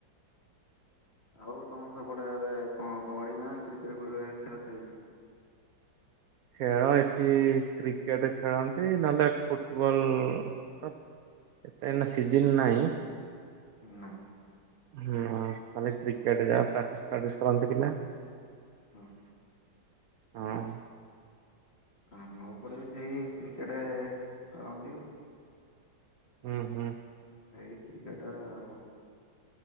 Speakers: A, on the left; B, on the right.
A: ଆଉ ତମର ସେପଟେ ଏବେ କଣ କବାଡି ନା କ୍ରିକେଟ ପ୍ରିକେଟ ଖେଳ ଚାଲିଛି।
B: ଖେଳ ଏଠି କ୍ରିକେଟ ଖେଳନ୍ତି ନହେଲେ ଫୁଟବଲ ତ। ଏତେ ଏନା ସିଜନ୍ ନାହିଁ।
A: ନା
B: ହଁ କାଲି କ୍ରିକେଟ ଯାହା ପ୍ରାକ୍ଟିସ୍ ଫ୍ରାକ୍ଟିସ୍ କରନ୍ତି ପିଲା।
A: ହଁ।
B: ହଁ।
A: ଆମ ଏପଟ ସେଇ କ୍ରିକେଟ ଖେଳନ୍ତି।
B: ହୁଁ ହୁଁ।
A: ଏଇ କ୍ରିକେଟ ଆଉ।